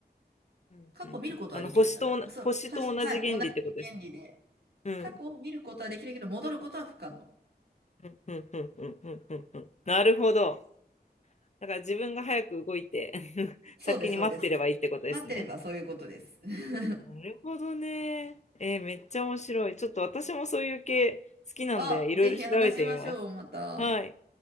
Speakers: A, on the left (about 40°); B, on the right (about 70°).
A: うんうんうん。
B: 過去を見ることはできるんだ。
A: あの、星とおな、
B: だから、そう、
A: 星と同じ原理ってことですね。
B: はし、はい、同じ原理で、
A: うん。
B: 過去を見ることはできるけど、戻ることは不可能。
A: うんうんうんうんうんうんうん。なるほど。だから自分が早く動いて <laughs>
B: そうです、
A: 先に待ってればいいってことですね。
B: そうです。待ってればそういうことです。<laughs>
A: なるほどね。えーめっちゃ面白い。ちょっと私もそういう系好きなんで、
B: あ、ぜひ話しましょう、
A: いろいろ調べてみます。
B: また。
A: はい。